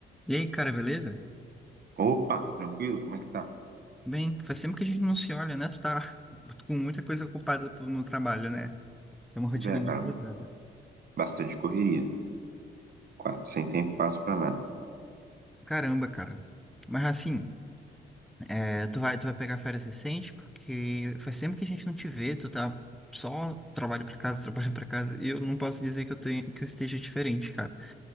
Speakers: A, in the centre; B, on the right.
A: E aí, cara, beleza?
B: Opa, tranquilo? Como é que tá?
A: Bem, faz tempo que a gente não se olha, né? Tu tá <laughs> com muita coisa ocupada pro- no trabalho, né? Tem uma rotina
B: Pois é,
A: muito
B: cara,
A: pesada.
B: bastante correria, quase, sem tempo passo pra nada.
A: Caramba, cara. Mas assim, é, tu vai, tu vai pegar férias recente, porque faz tempo que a gente não te vê, tu tá só trabalho pra casa, <laughs> trabalho pra casa, e eu não posso dizer que eu tenho, que eu esteja diferente, cara.